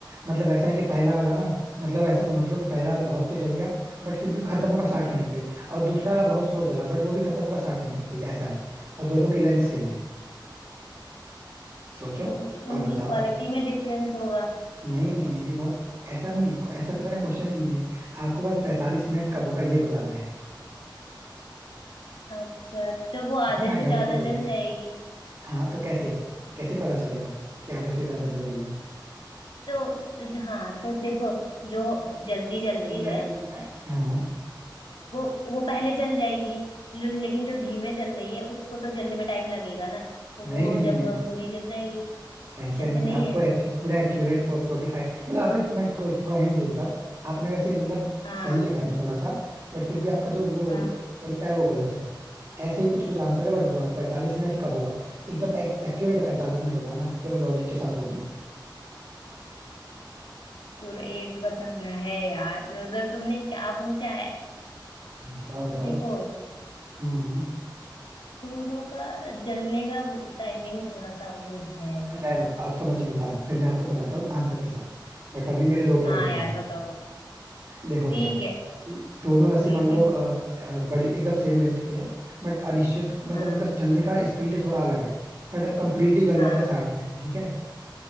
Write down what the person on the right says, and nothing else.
मतलब ऐसा है कि पहला वाला ना मतलब ऐसा समझ लो कि पहला
वाला बहुत तेज जल गया बट फिर भी खत्म होगा साठ
मिनट पे ही और दूसरा वाला बहुत स्लो जला बट वो भी खत्म होगा साठ मिनट पे ही ऐसा है और दोनों की लेंथ सेम है सोचो
और बताओ
नहीं नहीं नहीं नहीं बहुत ऐसा नहीं है ऐसा तो मैंने क्वेश्चन ही नहीं है आपको बस पैंतालीस मिनट कब होगा ये बताना है
बिना घड़ी
को देखे
हाँ तो कैसे कैसे पता चलेगा कि आधे से ज्यादा जल गई है
खुद
ही चल
रही है हाँ
नहीं
नहीं
नहीं नहीं
ऐसे
नहीं
आपको
एक्यू, पूरा एक्यूरेट फोर्टी फाइव मतलब आपने मैं थो, थोड़ा हिंट दे देता हूँ आपने वैसे मतलब
सही लगाया थोड़ा सा बट फिर भी आपका जो वो
तरीका है वो गलत है ऐसे ही कुछ कुछ आंसर है बट बताओ 45 मिनट कब होगा एकदम एक्यूरेट 45 मिनट बताना पूरा लॉजिक के साथ वो भी
बताओ बताओ
हम्म हम्म
रहने दो, आप समझ नहीं पा रहे फिर मैं आपको बताता हूँ आंसर के साथ बट अभी मेरे दो पॉइंट्स
हो
जाएंगे
देखो
क्या है
कि दोनों रस्सी
मान लो अ, अ, बड़ी एकदम सेम लेंथ की है बट अनिश्चित मतलब
उनका जलने का स्पीड थोड़ा अलग है बट कंप्लीटली जल
जाते हैं साठ मिनट में ठीक है